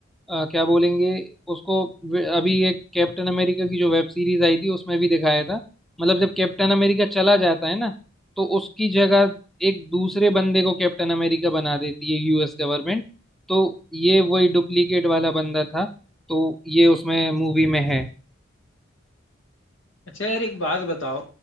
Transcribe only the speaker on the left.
अच्छा यार एक बात बताओ